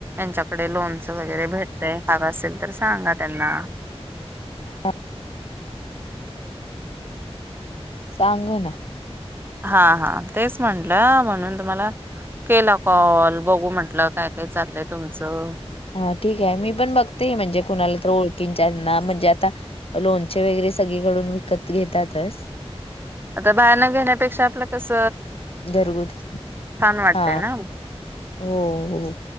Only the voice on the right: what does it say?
<unintelligible> कडे लोणचं वगैरे भेटतयं हवं असेल तर सांगा त्यांना
हा हा तेच म्हंटल म्हणून तुम्हाला केला कॉल बघू म्हंटल काय काय चाललंय तुमचं
आता बाहेर न घेण्यापेक्षा आपलं कस
वाटतय
ना